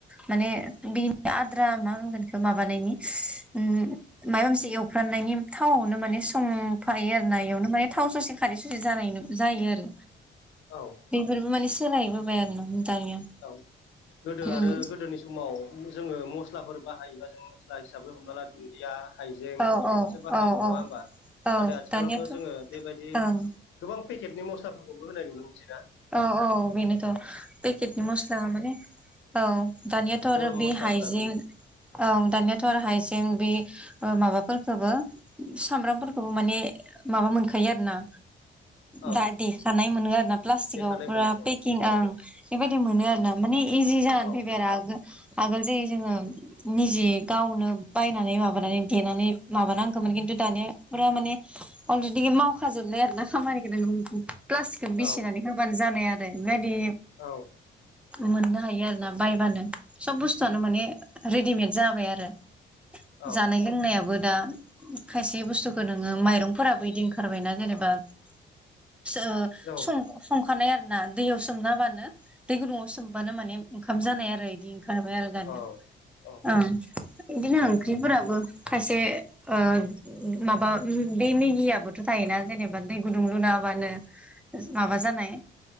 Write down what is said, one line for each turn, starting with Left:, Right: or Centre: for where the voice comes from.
Centre: माने बेनि आद्रा मा होनगोन बेखौ माबानायनि उ माबा मोनसे एवफ्राननायनि थावावनो माने संफायो आरो ना बेयावनो माने थाव ससे खारै ससे जानाय जायो आरो
Left: औ
Centre: बेफोरबो माने सोलायबोबाय आरो ना दानिया
Left: औ गोदो
Centre: उम
Left: आरो गोदोनि समाव जोङो मस्लाफोर बाहायोबा जों मस्ला हिसाबै हमना ला दुन्दिया हाइजें बिसोरबो
Centre: औ औ
Left: हायबो
Centre: औ
Left: नङा
Centre: औ
Left: होमबा
Centre: औ
Left: नाथाय आथिखालावथ'
Centre: दानियाथ'
Left: जोङो बेबायदि
Centre: ओं
Left: गोबां पेकेटनि मस्लाफोरखौबो होनाय नुनो मोनसै ना
Centre: औ औ बेनोथ' पेकेटनि मस्ला माने औ दानियाथ' आरो
Left: गरम
Centre: बे
Left: मस्लाफोरा
Centre: हाइजें
Left: बेयो
Centre: औ दानियाथ' आरो हाइजें बे ओ माबाफोरखोबो सामब्रामफोरखोबो माने माबा मोनखायो आरोना
Left: औ
Centre: दा देखानाय मोनो आरोना प्लास्टिकआव
Left: देखानाय
Centre: फुरा
Left: मोनो औ
Centre: पेकिं
Left: औ
Centre: ओं बेबायदि मोनो आरोना माने इजि जानानै
Left: औ
Centre: फैबाय आरो आगोल आगोल जेरै जोङो निजि गावनो बायनानै माबानानै देनानै माबानांगोमोन किनतु दानिया पुरा माने अलरेडि मावखाजोबनाय आरोना खामानि <unintelligible> प्लास्टिकखौ बिसिनानै
Left: औ
Centre: खाबानो जानाय आरो बेबादि
Left: औ
Centre: मोननो हायो आरोना बायबानो सब बुस्थुआनो माने रेडिमेड जाबाय आरो
Left: औ
Centre: जानाय लोंनायाबो दा खायसे बुस्थुखो नोङो माइरंफोराबो इदि ओंखारबायना जेनेबा ओ
Left: औ
Centre: सं संखानाय आरोना दैयाव सोमना होबानो दै गुदुंङआव सोमबानो माने ओंखाम जानाय आरो इदि ओंखारबाय आरो दानिया
Left: औ औ
Centre: ओम इदिनो ओंख्रिफोराबो खायसे ओ माबा बे मेगियाबोथ' थायोना जेनेबा दै गुदुं लुनाहोबानो माबा जानाय